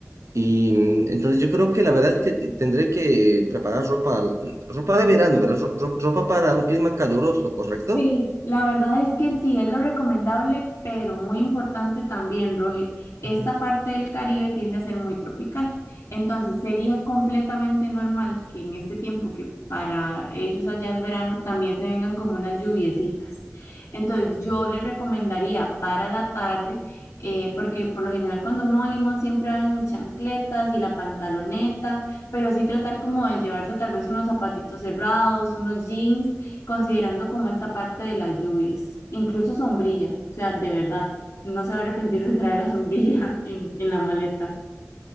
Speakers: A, on the right; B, on the left.
A: Y mm, entonces yo creo que la verdad es que tendré que preparar ropa, mm, ropa de verano, ¿verdad? Ro- ro- ropa para un clima caluroso, ¿correcto?
B: Sí, la verdad es que sí, es lo recomendable, pero muy importante también, Roger. Esta
A: Ujú.
B: parte del Caribe tiende a ser muy tropical, entonces sería completamente normal que en este tiempo que para ellos allá es verano, también se vengan como unas lluviecitas. Entonces yo les recomendaría para la tarde, eh, porque por lo general cuando uno va a Limón siempre van chancletas y la pantaloneta, pero sí tratar como de llevarse tal vez unos zapatitos cerrados, unos jeans considerando como esta parte de las lluvias, incluso sombrilla, o sea, de verdad, no se va a arrepentir de traer la sombrilla <laughs> en, en la maleta.